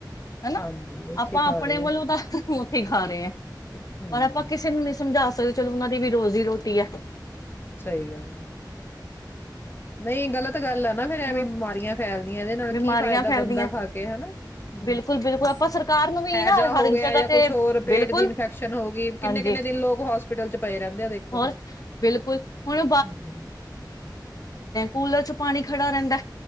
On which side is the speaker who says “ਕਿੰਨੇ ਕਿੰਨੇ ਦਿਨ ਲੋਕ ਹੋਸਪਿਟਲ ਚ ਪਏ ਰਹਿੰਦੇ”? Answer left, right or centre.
Left